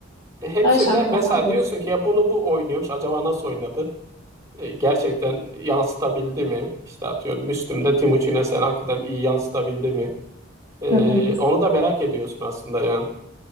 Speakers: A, on the right; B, on the left.
A: E, hepsinde
B: Ben şampiyon
A: mesela
B: vardı.
A: diyorsun ki ya bunu bu oynuyormuş acaba nasıl oynadı? E, gerçekten yansıtabildi mi? İşte atıyorum Müslüm'de Timuçin'e sen hakikaten iyi yansıtabildi mi? Ee,
B: <laughs>
A: onu da merak ediyorsun aslında yani.